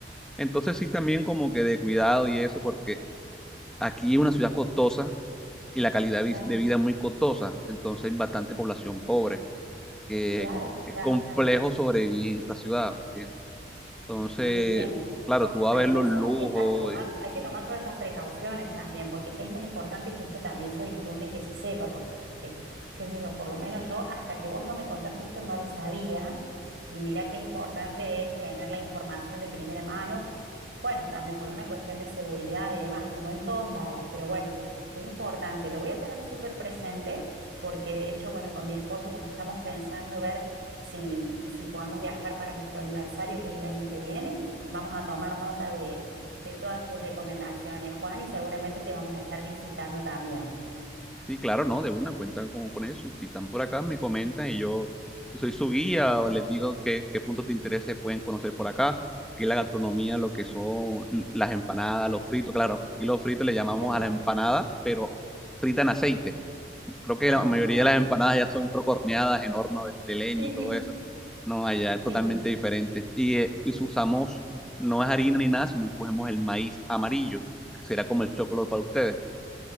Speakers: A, in the centre; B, on the right.
A: Entonces sí, también como que de cuidado y eso, porque aquí es una ciudad costosa y la calidad
B: claro,
A: vi- de vida es muy costosa, entonces hay bastante población pobre, que
B: claro,
A: es
B: claro.
A: complejo sobrevivir en esta ciudad, ¿me entiendes? Entonces,
B: Entiendo.
A: claro,
B: Bu-
A: tú vas
B: Bueno,
A: a ver
B: entonces
A: los lujos
B: hay que, hay que tomar, hay que tomar todas estas precauciones también, porque es muy importante que esto también se difunda y que se sepa, porque, qué sé yo, por lo menos yo, hasta que vos no me contaste esto, no lo sabía. Y mira qué importante es tener la información de primera mano. Bueno, también por una cuestión de seguridad y demás, como en todos lados, pero bueno, qué importante. Lo voy a tener súper presente, porque de hecho, bueno, con mi esposo, como estamos pensando ver. Si, si podemos viajar para nuestro aniversario, que es el año que viene, vamos a tomar nota de, de todas tus recomendaciones, Juan, y seguramente te vamos a estar visitando también.
A: Sí, claro, no, de una, cuentan con, con eso. Y si están por acá, me comentan y yo soy su guía o les digo qué, qué puntos de interés se pueden conocer por acá, que es la gastronomía, lo que son l- las empanadas, los fritos. Claro, aquí los fritos le llamamos
B: Qué rico.
A: a la empanada, pero frita en aceite. Creo que
B: Ah,
A: la mayoría de las empanadas ya son creo que horneadas en horno de, de leña
B: <laughs>
A: y todo eso.
B: sí,
A: No, allá es totalmente
B: sí,
A: diferente. Y, eh, y si usamos, no es harina ni nada, sino cogemos el maíz amarillo, que será como el chocolate para ustedes.